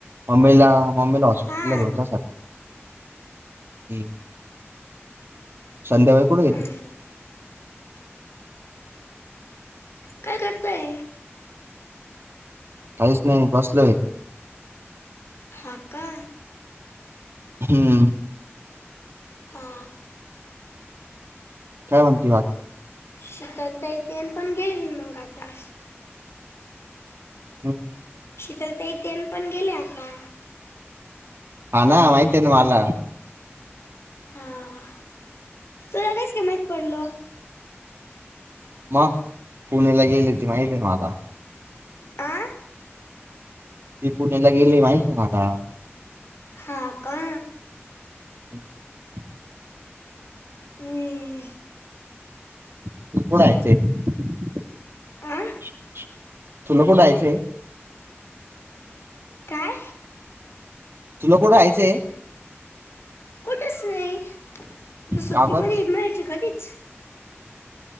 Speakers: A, on the right (about 55°); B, on the left (about 65°).
A: मम्मीला मम्मीला हॉस्पिटल
B: हा
A: ला घेऊन जा सका हम्म संध्याकाळी कुठं गेल?
B: अं, काय करताय?
A: काहीच नाही बसलोय.
B: हा का
A: हम्म
B: हा
A: काय म्हणती बाकी?
B: शितल ताई तेन पण गेली मग आता
A: हं
B: शितल ताई तेन पण गेल्या आता
A: हा ना माहितिये ना मला
B: हा तुला कसं काय माहीत पडलं?
A: म पुण्याला गेले ते माहितीये ना आता
B: आ
A: ते पुण्याला गेले माहितीये मला
B: हा का
A: <inaudible>
B: हम्म.
A: <unintelligible>
B: आ काय
A: तुला कुठं आयचंय?
B: कुठेच नाही आता सुट्टीमध्ये
A: का बर
B: मॅच हे घरीच